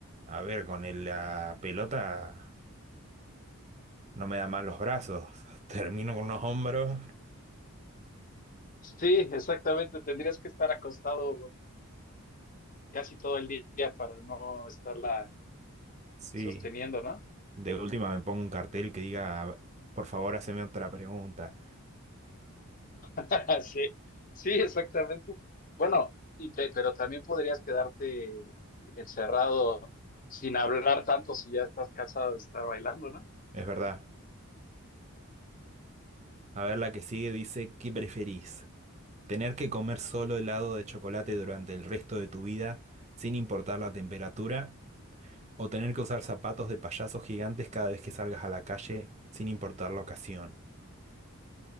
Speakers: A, on the right (about 30°); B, on the left (about 35°).
A: a ver, con el- la pelota no me da mal los brazos, <laughs> termino con unos hombros.
B: Sí, exactamente, tendrías que estar acostado casi todo el día para no estarla
A: Sí,
B: sosteniendo, ¿no?
A: de última me pongo un cartel que diga, por favor, haceme otra pregunta.
B: <laughs> Sí, sí, exactamente. Bueno, y te- pero también podrías quedarte encerrado sin hablar tanto si ya estás cansado de estar bailando, ¿no?
A: Es verdad. A ver, la que sigue dice, ¿qué preferís? ¿Tener que comer solo helado de chocolate durante el resto de tu vida, sin importar la temperatura? ¿O tener que usar zapatos de payasos gigantes cada vez que salgas a la calle, sin importar la ocasión?